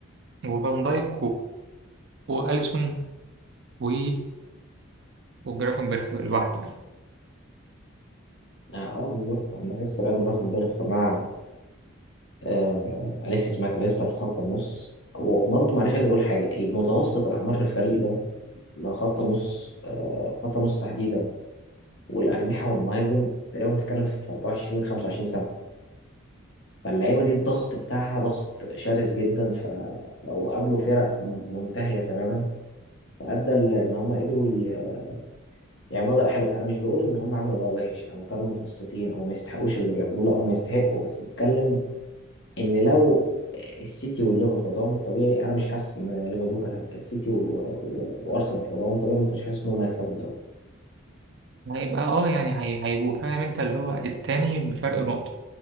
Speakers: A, on the right; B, on the left.
A: وفان دايك واليسون و وجرافنبرخ لوحده
B: اه آه، بالظبط انا بحس راين جرافنبرخ مع آه اليكسيس ماكاليستر في خط النص وبرضه معلش عايز اقول حاجه المتوسط الاعمار في الفريق ده من خط نص آه خط نص تحديدا والاجنحه والمهاجم تقريبا بتتكلم في 24 25 سنه فاللعيبه دي الضغط بتاعها ضغط شرس جدا ف... وقابلوا فرق م- منتهيه تماما فادى ل- ان هم قدروا ي- يعملوا اداء حلو انا مش بقول ان هم عملوا اداء وحش او كانوا متوسطين او ما يستحقوش اللي بيعملوه لا هم يستحقوا بس بتكلم ان لو السيتي والليفر في وضعهم الطبيعي انا مش حاسس ان ليفربول كانت هتبقى السيتي و... و... وارسنال في وضعهم الطبيعي ما كنتش حاسس ان هم هيكسبوا الدوري
A: يعني هيبقى اه يعني هي... هيبقوا فاهم انت اللي هو التاني بفرق نقطة